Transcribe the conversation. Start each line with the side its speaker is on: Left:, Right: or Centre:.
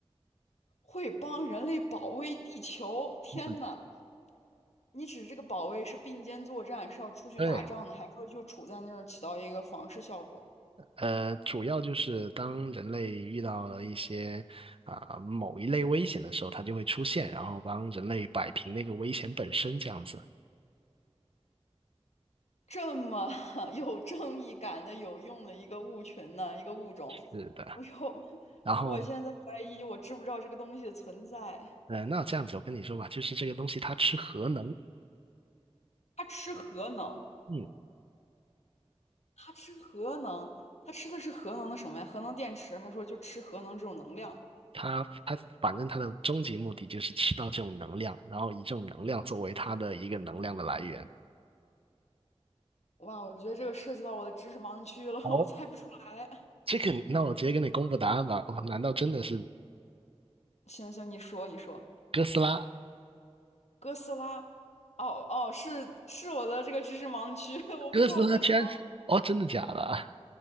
Left: 会帮人类保卫地球。天呐，
Right: 嗯，
Left: 你指这个保卫是并肩作战，是要出去打仗的，
Right: 对。
Left: 还是说就处在那儿起到一个防御效果？
Right: 呃，主要就是当人类遇到了一些啊、某一类危险的时候，它就会出现，然后帮人类摆平那个危险本身这样子。
Left: 这么 <laughs> 有正义感的、有用的一个物群呢，一个物种，
Right: 是的，
Left: 我呦，
Right: 然后
Left: 我现在怀疑我知不知道这个东西的存在。
Right: 呃，那这样子我跟你说吧，就是这个东西它吃核能，
Left: 它吃核能，
Right: 嗯，
Left: 它吃核能，它吃的是核能的什么呀？核能电池，还说就吃核能这种能量？
Right: 它它反正它的终极目的就是吃到这种能量，然后以这种能量作为它的一个能量的来源。
Left: 哇，我觉得这个涉及到我的知识盲区了，
Right: 哦，
Left: <laughs> 我猜不出来。
Right: 这个那我直接跟你公布答案吧。哇，难道真的是
Left: 行行，你说你说，
Right: 哥斯拉？
Left: 哥斯拉，哦哦，是是我的这个知识盲区，<laughs> 我不知道哥斯拉，
Right: 哥斯拉居然是哦，真的假的啊？